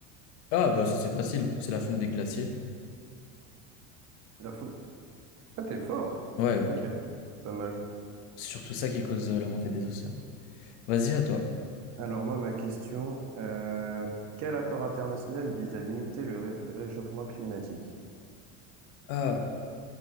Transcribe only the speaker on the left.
Ah, bah ça c'est facile, c'est la fonte des glaciers.
Ouais,
c'est surtout ça qui cause euh, la montée des océans. Vas-y, à toi.
Ah,